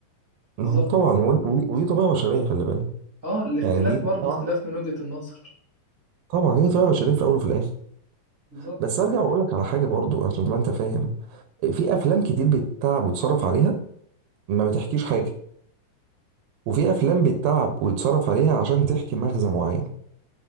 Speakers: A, on the right; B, on the right.
A: بالظبط
B: ما هو طبعا ود- ودي ودي طبيعة بشرية خلي بالك
A: أه الاختلاف
B: يعني دي طبيعة
A: برضه اختلاف من وجهة النظر
B: طبعا هي طبيعة بشرية في الاول وفي الاخر
A: بالظبط
B: بس ارجع واقول لك على حاجة برضو عشان تبقى انت فاهم في افلام كتير بتتعب وتصرف عليها ما بتحكيش حاجة وفي افلام بتتعب ويتصرف عليها عشان تحكي مغزى معين